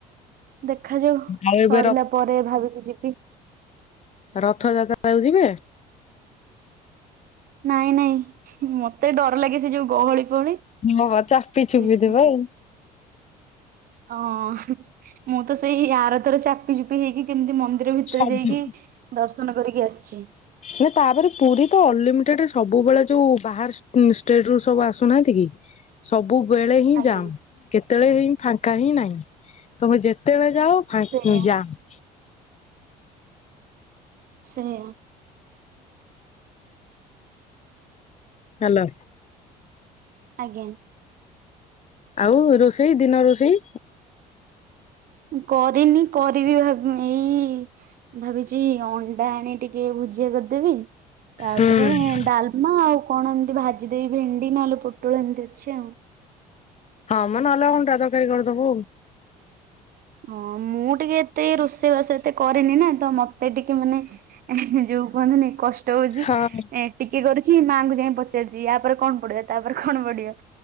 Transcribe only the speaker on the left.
ଆଉ ଏବେ
ର
ରଥଯାତ୍ରାକୁ ଯିବେ?
ହଁ ଚାପି ଚୁପି
ଦେବେ ଆଉ।
ସବୁ
ମ ତାପରେ ପୁରୀ ତ ଅନଲିମିଟେଡ ସବୁବେଳେ ଯୋଉ ବାହାର ଷ୍ଟେଟ ରୁ ସବୁ ଆସୁନାହାନ୍ତି କି। ସବୁବେଳେ ହିଁ
ଯାମ କେତେବେଳେ ହିଁ ଫାଙ୍କା ହିଁ ନାହିଁ ତମେ ଯେତେ ଜେତେବେଳେ ଯାଉ ଫା
ଜାମ
ହେଲା
ଆଉ ରୋଷେଇ ଦିନରୋଷେଇ
ହୁଁ।
ହଁମ ନହେଲେ ଅଣ୍ଡା ତରକାରି କରିଦେବୁ
ହଁ